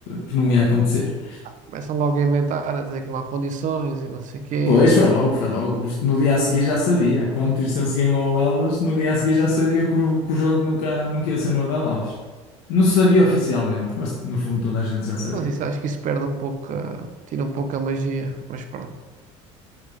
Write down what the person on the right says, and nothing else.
começam logo a inventar, a dizer que não há condições e não sei quê,
não
sei
o
quê.
Mas isso acho que isso perde um pouco, a- tira um pouco a magia. Mas pronto.